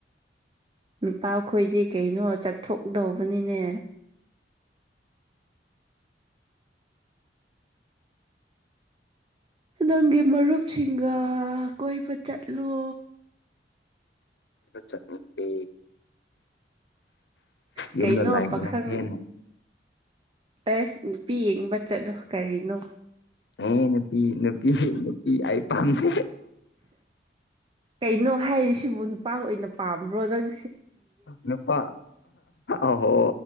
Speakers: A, on the right (about 30°); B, on the left (about 75°).
A: ꯅꯨꯄꯥꯈꯣꯏꯗꯤ ꯀꯩꯅꯣ ꯆꯠꯊꯣꯛꯗꯧꯕꯅꯤꯅꯦ ꯅꯪꯒꯤ ꯃꯔꯨꯞꯁꯤꯡꯒ ꯀꯣꯏꯕ ꯆꯠꯂꯣ
B: ꯆꯠꯅꯤꯡꯗꯦ
A: ꯀꯩꯅꯣ
B: ꯌꯨꯝꯗ ꯂꯩꯕꯅ
A: ꯄꯥꯈꯪ
B: ꯍꯦꯟꯅ
A: ꯑꯁ ꯅꯨꯄꯤ ꯌꯦꯡꯕ ꯆꯠꯂꯣ ꯀꯔꯤꯅꯣ
B: ꯑꯦ ꯅꯨꯄꯤ ꯅꯨꯄꯤ ꯅꯨꯄꯤ ꯑꯩ ꯄꯥꯝꯗꯦ
A: ꯀꯩꯅꯣ ꯍꯥꯏꯔꯤꯁꯤꯕꯨ ꯅꯨꯄꯥ ꯑꯣꯏꯅ ꯄꯥꯝꯕ꯭ꯔꯣ ꯅꯪ
B: ꯅꯨꯄꯥ ꯑꯍꯣ